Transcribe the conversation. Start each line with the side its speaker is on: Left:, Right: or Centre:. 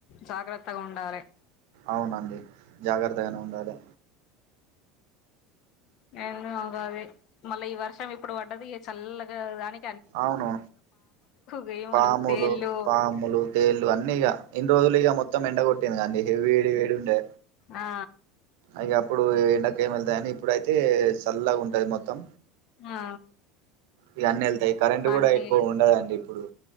Left: జాగ్రత్తగా ఉండాలే
Right: అవునండి జాగ్రత్తగానే ఉండాలి
Left: ఏందో కాది మళ్ళ ఈ వర్షం ఇప్పుడు పడ్డది ఇగ చల్లగా గాలి
Right: అవును
Left: గీములు
Right: పాములు
Left: తేళ్ళు
Right: పాములు తేళ్ళు అన్నిీగా ఇన్ని రోజులు ఇగ మొ త్తం ఎెండ కొట్టింది కదండీ ఇగ వేడి వేడుంటే
Left: ఆ
Right: ఇగ అప్పుడు ఎండకేం వెళ్తాయని ఇప్పుడుైతే చల్లగుంటది మొత్తం
Left: ఆ
Right: ఇగ అన్నేళ్తాయి కరెంట్
Left: అన్ని
Right: కూడా ఎక్కువ ఉండదండి ఇప్పుడు